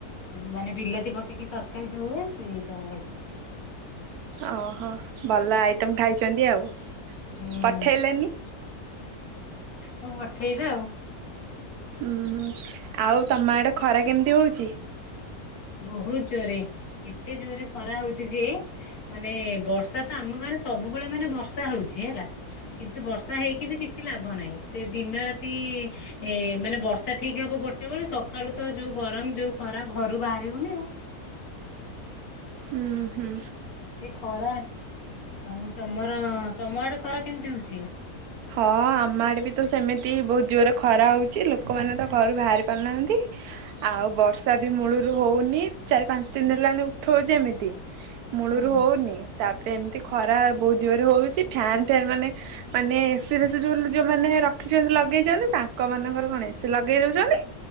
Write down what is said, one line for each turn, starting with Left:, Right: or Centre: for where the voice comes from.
Left: ମାନେ ବିଲାତି ପକେଇକି ତରକାରୀ ଯୋଉ ହୁଏ ସେଇଟା ଖାଇଥିଲି।
Right: ଓହୋ ଭଲ ଆଇଟମ୍ ଖାଇଚନ୍ତି ଆଉ
Left: ହୁଁ
Right: ପଠେଇଲେନି
Left: ହଉ ପଠେଇବି ଆଉ।
Right: ଉଁ ହୁଁ ଆଉ ତମ ଆଡେ ଖରା କେମିତି ହଉଚି?
Left: ବହୁତ୍ ଜୋରେ ଏତେ ଜୋରେ ଖରା ହଉଚି ଯେ ମାନେ ବର୍ଷା ତ ଆମ ଗାଁରେ ସବୁବେଳେ ମାନେ ବର୍ଷା ହଉଚି ହେଲା କିନ୍ତୁ ବର୍ଷା ହେଇକି ବି କିଛି ଲାଭ ନାହିଁ ସେ ଦିନ ରାତି ଏ ମାନେ ବର୍ଷା ଠିକ୍ ହବ ଗୋ ଟେ ବେଳେ ସଖାଳୁ ତ ଯୋଉ ଗରମ ଯୋଉ ଖରା ଘରୁ ବାହାରି ହଉନି ଆଉ
Right: ଉଁ ହୁଁ।
Left: ଏତେ ଖରା ଆଉ ତମର ତମ ଆଡେ ଖରା କେମିତି ହଉଚି?
Right: ହ ଆମ ଆଡେ ବି ତ ସେମିତି ବହୁତ ଜୋରେ ଖରା ହଉଚି ଲୋକମାନେ ତ ଘରୁ ବାହାରି ପାରୁନାହାନ୍ତି। ଆଉ ବର୍ଷା ବି ମୂଳରୁ ହଉନି ଚାରି ପାଞ୍ଚ୍ ଦିନ୍ ହେଲାଣି ଉଠଉଚି ଏମିତି ମୂଳରୁ
Left: ହଁ
Right: ହଉନି ତାପରେ ଏମ୍ ତି ଖରା ବହୁତ ଜୋରେ ହଉଚି ଫ୍ୟାାନ୍ ଫ୍ୟାନ୍ ମାନେ ମାନେ ଏସି ଫେସି ଯୋଉ ଯୋଉମାନେ ରଖିଚନ୍ତି ଲଗେଇଚନ୍ତି ତାଙ୍କ ମାନଙ୍କର କଣ ଏସି ଲଗେଇ ଦଉଚନ୍ତି